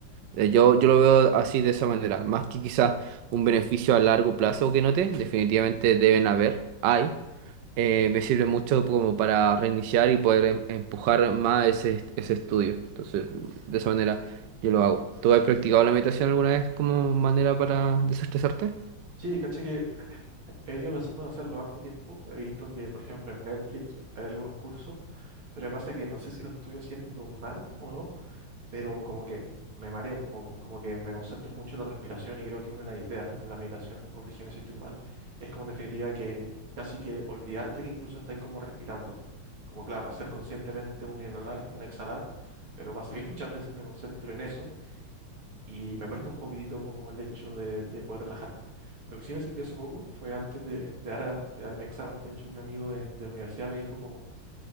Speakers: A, on the right; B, on the right.
A: Eh, yo, yo lo veo así de esa manera, más que quizás un beneficio a largo plazo que note, definitivamente deben haber, hay. Eh, me sirve mucho como para reiniciar y poder em- empujar más ese, ese estudio. Entonces, de esa manera yo lo hago. ¿Tú has practicado la meditación alguna vez como manera para desestresarte?
B: Sí, caché que He venido pensando en hacerlo harto tiempo. He visto que, por ejemplo, en Netflix hay algunos cursos, pero me pasa que no sé si lo estoy haciendo mal o no, pero como que me mareo un poco, como que me concentro mucho en la respiración y creo que una de las ideas de la meditación, corrígeme si estoy mal, es como en definitiva que casi que olvidarte que incluso estás como respirando. Como claro, hacer conscientemente un inhalar y un exhalar, pero pasa que <laughs> muchas veces me concentro en eso y me cuesta un poquitito como el hecho de, de poder relajarme. Lo que sí me sirvió hace poco fue antes de, de dar, a- de dar mi examen. De hecho, un amigo de, de la universidad me dijo como,